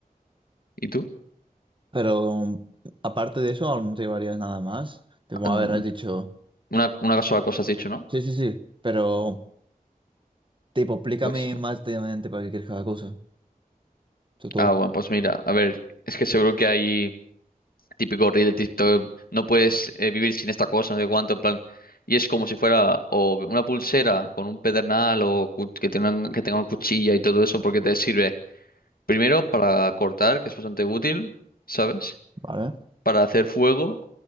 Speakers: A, on the left; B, on the right.
A: ¿Y tú?
B: Pero um, aparte de eso, aún no te llevarías nada más. Te a
A: An-
B: ver, has dicho.
A: Una, una sola cosa has dicho, ¿no?
B: Sí, sí, sí, pero tipo, explícame
A: Pues
B: más detalladamente para qué quieres cada cosa, sobre todo.
A: Ah, bueno, pues mira, a ver, es que seguro que hay típico reel de TikTok, no puedes eh, vivir sin esta cosa, no sé cuánto, en plan, y es como si fuera o una pulsera con un pedernal o cu- que tengan, que tenga una cuchilla y todo eso, porque te sirve primero para cortar, que es bastante útil, ¿sabes?
B: Vale,
A: Para hacer fuego